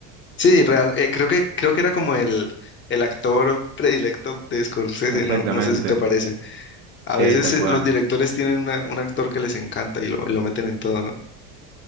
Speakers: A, on the left (about 30°); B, on the right (about 70°).
A: sí, real, eh, creo que, creo que era como el, el actor predilecto de Scorsese,
B: Exactamente.
A: ¿no? No sé si te parece. A
B: Sí,
A: veces
B: tal
A: eh,
B: cual.
A: los directores tienen una- un actor que les encanta y lo, y lo meten en todo, ¿no?